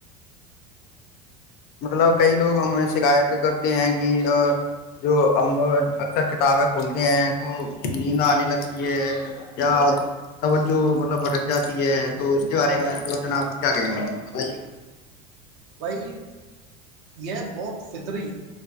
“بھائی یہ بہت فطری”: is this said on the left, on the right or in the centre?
Right